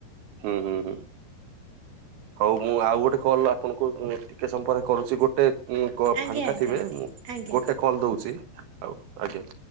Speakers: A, on the right (about 70°); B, on the right (about 50°).
A: ହୁଁ ହୁଁ ହୁଁ। ହଉ ମୁଁ ଆଉ ଗୋଟେ କଲ୍ ଆପଣଙ୍କୁ ଟିକେ ସମ ପରେ କରୁଛି ଗୋଟେ ଉଁ
B: ଆଜ୍ଞା
A: ଫାଙ୍କା
B: ଆଜ୍ଞା
A: ଥିବେ
B: ଆଜ୍ଞା
A: ମୁଁ
B: ଆଜ୍ଞା
A: ଗୋଟେ କଲ୍ ଦଉଛି ଆଉ ଆଜ୍ଞା।